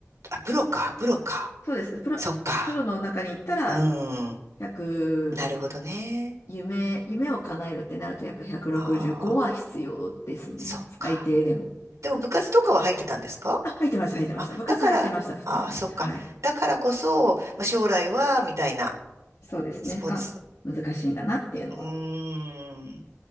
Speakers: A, on the right; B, on the left.
A: あ、プロか、プロか。
B: そうです。プロ、
A: そっか。
B: プロの中に行ったら、
A: うん。
B: 1
A: なるほどね。
B: 夢、夢を叶えるってなると、やっぱ165は必要ですね。
A: ああ、そっか。
B: 最低でも。
A: でも部活とかは入ってたんですか
B: あ、入ってました、入ってました。
A: あ、
B: 部活はやってました、
A: だから、
B: 普通に。
A: ああ、そっか。
B: はい。
A: だからこそ、まあ、将来は、みたいな、
B: そうですね。
A: スポーツ。
B: あ、難しいんだなっていうのは
A: うーん。